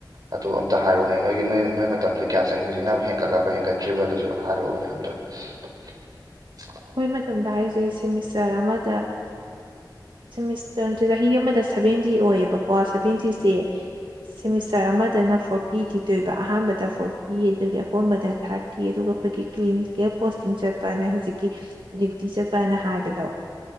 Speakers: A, on the right (about 55°); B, on the right (about 80°).
A: ꯑꯗꯨ ꯑꯝꯇ ꯍꯥꯏꯔꯛꯎꯅꯦ ꯅꯣꯏꯒꯤ ꯅꯣꯏ ꯅꯣꯏ ꯃꯇꯝꯗ ꯀꯌꯥ ꯆꯪꯉꯤ ꯍꯧꯖꯤꯛꯅ ꯍꯦꯟꯒꯠꯂꯕ ꯍꯦꯟꯒꯠꯇ꯭ꯔꯤꯕ ꯑꯗꯨꯁꯨ ꯍꯥꯏꯔꯛꯎꯅꯦ ꯑꯝꯇ <unintelligible>
B: ꯑꯩꯈꯣꯏ ꯃꯇꯝꯗ ꯍꯥꯏꯁꯦ ꯁꯦꯃꯤꯁꯇꯔ ꯑꯃꯗ ꯁꯦꯃꯤꯁꯇꯔ ꯆꯍꯤ ꯑꯃꯗ ꯁꯚꯦꯟꯇꯤ ꯑꯣꯏꯌꯦꯕꯀꯣ ꯁꯚꯦꯟꯇꯤꯁꯦ ꯁꯦꯃꯤꯁꯇꯔ ꯑꯃꯗꯅ ꯐꯣꯔꯇꯤ ꯊꯤꯗꯣꯏꯕ ꯑꯍꯥꯟꯕꯗ ꯐꯣꯔꯇꯤ ꯑꯗꯨꯗꯒꯤ ꯑꯀꯣꯟꯕꯗ ꯊꯥꯔꯇꯤ ꯑꯗꯨꯒ ꯑꯩꯈꯣꯏꯒꯤ ꯀ꯭ꯂꯤꯅꯤꯀꯦꯜ ꯄꯣꯁꯇꯤꯡ ꯆꯠꯄꯅ ꯍꯧꯖꯤꯛꯀꯤ ꯗ꯭ꯌꯨꯇꯤ ꯆꯠꯄꯅ ꯍꯥꯏꯕꯗꯣ